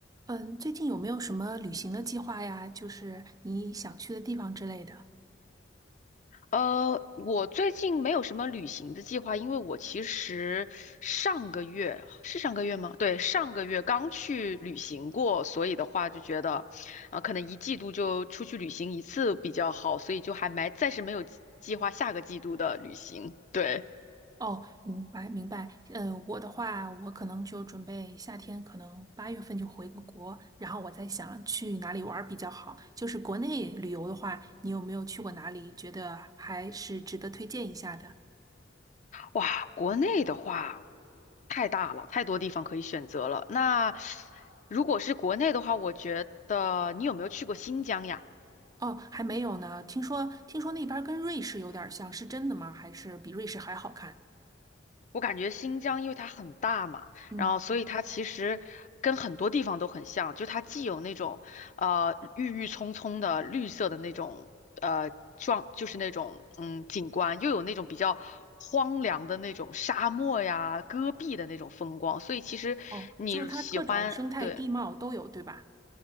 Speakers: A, on the right; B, on the left.
A: 嗯，最近有没有什么旅行的计划呀？就是你想去的地方之类的。
B: 呃，我最近没有什么旅行的计划，因为我其实上个月是上个月吗？对，上个月刚去旅行过，所以的话就觉得，啊、可能一季度就出去旅行一次比较好，所以就还没暂时没有计计划下个季度的旅行。对，
A: 哦，明白明白。嗯，我的话，我可能就准备夏天，可能八月份就回个国，然后我在想去哪里玩儿比较好。就是国内旅游的话，你有没有去过哪里？觉得还是值得推荐一下的？
B: 哇，国内的话太大了，太多地方可以选择了。那如果是国内的话，我觉得你有没有去过新疆呀？
A: 哦，还没有呢。听说听说那边儿跟瑞士有点儿像，是真的吗？还是比瑞士还好看？
B: 我感觉新疆因为它很大嘛，
A: 嗯，
B: 然后所以它其实跟很多地方都很像，就它既有那种呃郁郁葱葱的绿色的那种呃状，就是那种嗯景观，又有那种比较荒凉的那种沙漠呀、戈壁的那种风光，所以其实你喜欢，
A: 哦，就是它各种生态地貌都有，
B: 对。
A: 对吧？